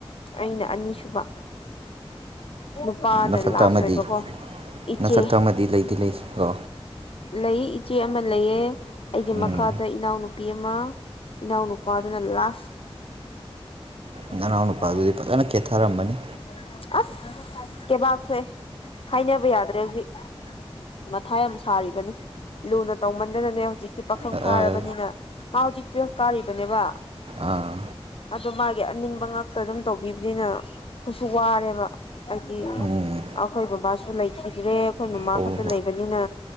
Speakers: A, on the left (about 65°); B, on the right (about 65°).
A: ꯑꯩꯅ ꯑꯅꯤꯁꯨꯕ ꯅꯨꯄꯥꯅ
B: ꯅꯐꯛꯇ
A: ꯂꯥꯁ
B: ꯑꯃꯗꯤ
A: ꯑꯣꯏꯕꯀꯣ ꯏꯆꯦ
B: ꯅ ꯁꯠꯇ꯭ꯔ ꯑꯃꯗꯤ ꯂꯩꯗꯤ ꯂꯩ ꯀꯣ
A: ꯂꯩ ꯏꯆꯦ ꯑꯃ ꯂꯩꯌꯦ ꯑꯩꯒꯤ
B: ꯎꯝ
A: ꯃꯈꯥꯗ ꯏꯅꯥꯎꯅꯨꯄꯤ ꯑꯃ ꯏ ꯎꯅ ꯄ ꯑꯗꯨꯅ ꯂ
B: ꯅꯅꯥꯎ
A: <inaudible>
B: ꯅꯨꯄꯥꯗꯨꯗꯤ
A: <unintelligible>
B: ꯐꯖꯅ ꯀꯦꯊꯔꯝꯃꯅꯤ
A: ꯀꯦꯕꯥꯛ ꯊꯣꯛꯑꯦ ꯍꯥꯏꯅꯕ ꯌꯥꯗ꯭ꯔꯦ ꯍꯧꯖꯤꯛ ꯃꯊꯥꯏ ꯌꯥꯝ ꯁꯥꯔꯤꯕꯅꯤ ꯂꯨꯅ ꯇꯧꯃꯟꯗꯅꯅꯦ ꯍꯧꯖꯤꯛꯇꯤ ꯄꯥꯈꯪ
B: ꯑꯥ
A: ꯐꯥꯔꯕꯅꯤꯅ ꯃꯥ ꯍꯧꯖꯤꯛ ꯇꯨꯋꯦꯜꯐ ꯀꯥꯔꯤꯕꯅꯦꯕ
B: ꯑꯥ
A: ꯑꯗꯣ ꯃꯥꯒꯤ ꯑꯅꯤꯡꯕ ꯉꯥꯛꯇ ꯑꯗꯨꯝ ꯇꯧꯕꯤꯕꯅꯤꯅ ꯑꯩꯈꯣꯏꯁꯨ ꯋꯥꯔꯦꯕ ꯍꯥꯏꯗꯤ
B: ꯎꯝ
A: ꯑꯩꯈꯣꯏ ꯕꯕꯥꯁꯨ ꯂꯩꯈꯤꯗ꯭ꯔꯦ ꯑꯩꯈꯣꯏ ꯃꯃꯥ
B: ꯑꯣ
A: ꯈꯛꯇ ꯂꯩꯕꯅꯤꯅ